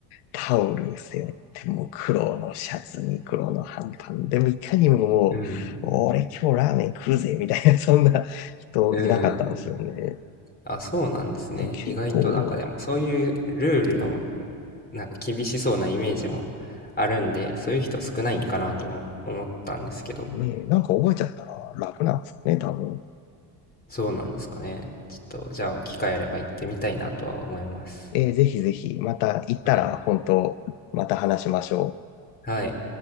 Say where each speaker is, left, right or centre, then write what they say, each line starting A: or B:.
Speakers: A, on the left (about 80°); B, on the left (about 20°).
A: タオル背負って、もう黒のシャツに黒の半パンでもいかにももう、
B: うん。
A: 俺今日ラーメン食うぜ、みたいな、<laughs> そんな人いなかったんですよね。
B: うん。あ、そうなんですね。
A: だから結構、
B: 意外となんかでもそういうルールのなんか厳しそうなイメージもあるんで、そういう人少ないんかなとも思ったんですけど。
A: ね、なんか覚えちゃったら楽なんですかね、多分。
B: そうなんですかね。ちょっと、じゃあ、機会あれば行ってみたいなとは思います。
A: えーぜひぜひ、また行ったら、
B: はい。
A: 本当また話しましょう。
B: はい。